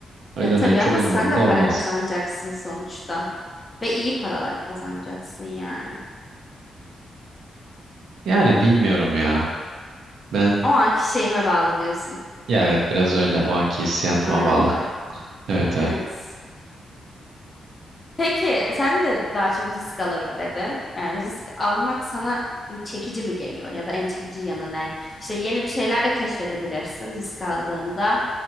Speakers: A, on the right (about 75°); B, on the left (about 20°).
A: O
B: Ya
A: yüzden
B: tabii
A: benim çok
B: ama
A: umurumda
B: sen de para
A: olmaz.
B: kazanacaksın sonuçta ve iyi paralar kazanacaksın yani.
A: Yani bilmiyorum ya. Ben
B: O anki şeyime bağlı diyorsun.
A: ya evet biraz öyle o anki hissiyatıma
B: Ruh halime.
A: bağlı. Evet evet.
B: Evet. Peki sen de daha çok risk alırım dedin. Yani risk almak sana çekici mi geliyor ya da en çekici yanı ne? İşte yeni bir şeyler de keşfedebilirsin risk aldığında.